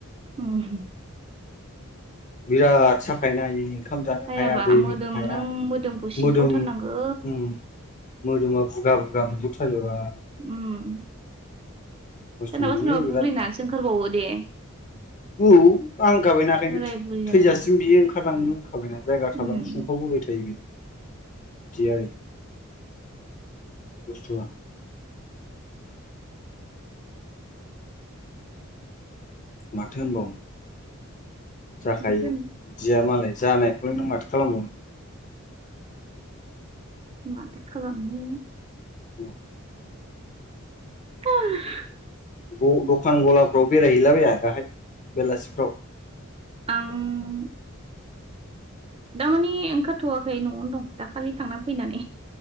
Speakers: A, on the right (about 25°); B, on the left (about 35°).
A: ओम
B: बिराद साखायोना आयै ओंखाम जानो
A: जायाबा
B: हाया दै
A: मोदोम
B: लोंनो हाया
A: नों मोदोमखौ सिनखावथारनांगौ
B: मोदोम ओम मोदोमा बुगा बुगा मोनजोबथारोबा
A: ओम
B: खस्थ'
A: सोरनाबा
B: मोनोलै
A: सोरनाबा
B: बिरादनो
A: बुरैनानैसो ओंखारबावो दे
B: औ आं <unintelligible>
A: बोराय बुरि
B: थैजासिम
A: जानानै
B: बियो ओंखारलांनो खाबायना जायगा
A: उम
B: थाबानो सुंखावबोबाय थायो बि बिदि आरो बसथुआ माथो होनबावनो जाखायो
A: माथो
B: बिदिया मालाय जानायखौलाय नों माथो खालामबावनो।
A: माथो खालामनो।
B: ओम
A: <unintelligible>
B: द द'खान गलाफ्राव बेरायहैलाबाया दाहाय बेलासिफ्राव
A: आं दामाने ओंखारथ'याखै न'आवनो दं दाखालि थांनानै फैनानै।